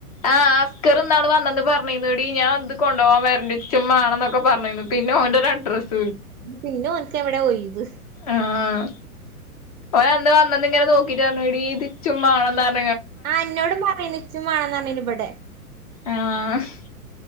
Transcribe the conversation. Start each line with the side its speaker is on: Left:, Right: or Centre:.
Left: ആ അസ്‌കർ ഇന്നാള് വന്നന്ന് പറഞ്ഞെന്നുടി ഞാൻ ഇത് കൊണ്ടോവാൻ വരണ്ട് എച്ചുംമേണന്നൊക്കെ പറഞ്ഞാരുന്നു പിന്നെ ഓന്റെ ഒരു അഡ്രസ്സ്
Right: പിന്നെ ഓൻക്ക് എവിടെയാ ഒയിവ്
Left: ആഹ് ഓൻ അന്ന് വന്നന്ന് ഇങ്ങനെ നോക്കിട്ട് പറഞ്ഞു എടീ ഇത് എനിച്ചുംമേണന്ന്റഞ്ഞു
Right: ആ എന്നോട് പറയന്ന് എച്ചുംമാണന്ന് പറഞ്ഞിന്ന് ഇവിടെ
Left: ആഹ്